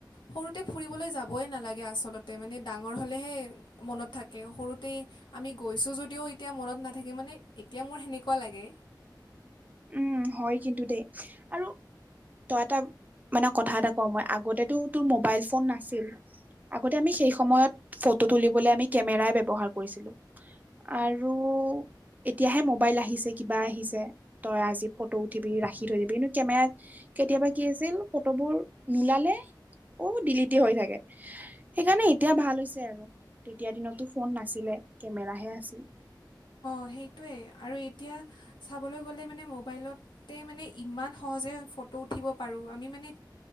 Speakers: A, on the left (about 75°); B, on the right (about 20°).
A: সৰুতে ফুৰিবলৈ যাবই নালাগে আচলতে মানে ডাঙৰ হ'লেহে মনত থাকে সৰুত মানে আমি গৈছোঁ যদিও এতিয়া মনত নাথাকে, মানে এতিয়া মোৰ সেনেকুৱা লাগে।
B: উম' হয় কিন্তু দেই আৰু তই এটা মানে কথা এটা কওঁ মই আগতেটো তোৰ মোবাইল ফোন নাছিল আগতে অমি সেই সময়ত ফ ফটো তুলিবলৈ আমি কেমেৰাই ব্যৱহাৰ কৰিছিলোঁ। আৰু এতিয়াহে মোবাইল আহিছে কিবা আহিছে তই আজি ফটো উঠিবি ৰাখি থৈ দিবি কিন্তু কেমেৰাত কেতিয়াবা কি আছিল ফটোবোৰ নোলালে অ' দিলিটে হৈ থাকে সেইকাৰণে এতিয়া ভাল হৈছে আৰু তেতিয়া দিনতটো ফোন নাছিলে কেমেৰাহে আছিল।
A: সেইটোৱেই আৰু এতিয়া চাবলৈ গ'লে মানে মোবাইলতে মানে ইমান সহজে ফ উঠিব পাৰোঁ, আমি মানে